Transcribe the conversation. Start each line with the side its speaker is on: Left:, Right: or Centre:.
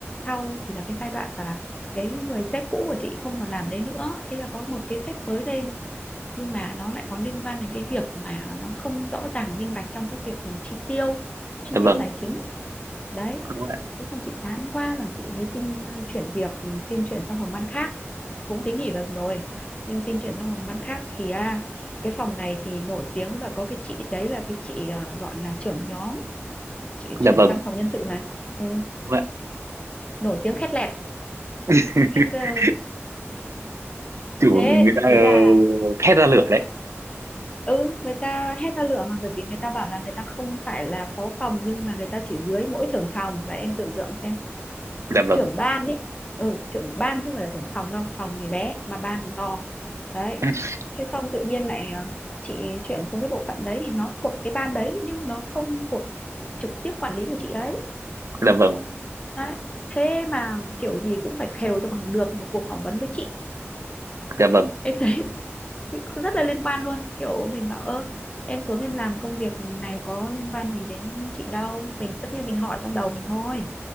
Left: sau thì là cái giai đoạn là cái người sếp cũ của chị không còn làm đấy nữa thế là có một cái sếp mới lên nhưng mà nó lại có liên quan đến cái việc mà nó không rõ ràng minh bạch trong các việc chi tiêu chi
Right: dạ
Left: tiêu
Right: vâng
Left: tài chính đấy
Right: đúng ạ
Left: thế xong chị chán quá là chị mới xin ờ, chuyển việc ừ, xin chuyển sang phòng ban khác cũng tính nghỉ việc rồi nhưng xin chuyển sang phòng ban khác thì à, cái phòng này thì nổi tiếng là có cái chị đấy là cái chị ờ, gọi là trưởng nhóm chị
Right: dạ
Left: chuyển
Right: vâng
Left: sang phòng nhân sự mà ừ,
Right: đúng ạ
Left: nổi tiếng khét lẹt
Right: <laughs>
Left: khét ờ,
Right: kiểu
Left: thế
Right: người ta ờ,
Left: thế là
Right: thét ra lửa đấy
Left: ừ người ta hét ra lửa mà bởi vì người ta bảo là người ta không phải là phó phòng nhưng mà người ta chỉ dưới mỗi trưởng phòng và em tưởng tượng xem
Right: dạ vâng
Left: trưởng ban ấy ừ trưởng ban chứ không phải là trưởng phòng đâu phòng thì bé mà ban thì to đấy
Right: <laughs>
Left: thế xong tự nhiên lại ờ, chị chuyển xuống cái bộ phận đấy thì nó thuộc cái ban đấy nhưng nó không thuộc trực tiếp quản lý của chị ấy
Right: dạ vâng
Left: đấy thế mà kiểu gì cũng phải khều cho bằng được một cuộc phỏng vấn với chị
Right: dạ vâng
Left: em thấy <laughs> rất là liên quan luôn kiểu mình bảo ơ em xuống em làm công việc này có liên quan gì đến chị đâu mình tất nhiên mình hỏi trong đầu mình thôi